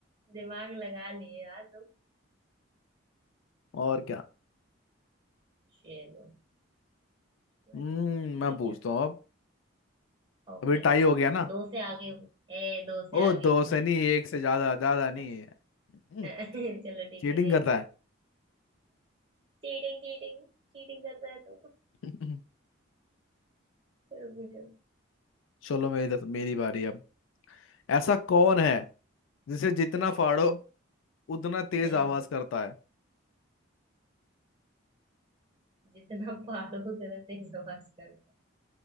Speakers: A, on the right (about 25°); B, on the left (about 75°).
A: दिमाग लगा लिए यार तुम
B: और क्या
A: चलो
B: हम्म
A: ठीक
B: मैं पूछता
A: है
B: हूँ अब
A: ओके
B: अभी टाई हो गया ना
A: दो से आगे हूँ ए दो से
B: ओ
A: आगे
B: दो
A: हूँ
B: से
A: मैं
B: नहीं एक से ज्यादा ज्यादा नहीं
A: अच्छा
B: है
A: <laughs> चलो ठीक
B: चीटिंग
A: है
B: करता
A: एक
B: है
A: चीटिंग चीटिंग चीटिंग करता है तो
B: <laughs>
A: चलो पूछो
B: चलो मेरी मेरी बारी अब ऐसा कौन
A: हम्म
B: है जिसे जितना
A: हम्म
B: फाड़ो उतना तेज
A: हम्म
B: आवाज करता है
A: जितना फाड़ो उतना तेज आवाज करता है